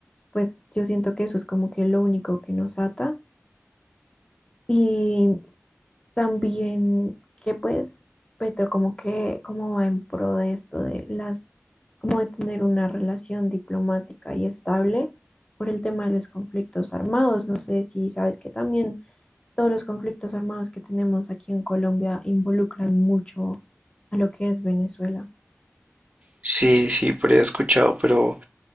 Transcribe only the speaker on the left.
pues yo siento que eso es como que lo único que nos ata. Y También que pues Petro como que como va en pro de esto de las, como de tener una relación diplomática y estable por el tema de los conflictos armados. No sé si sabes que también todos los conflictos armados que tenemos aquí en Colombia involucran mucho a lo que es Venezuela.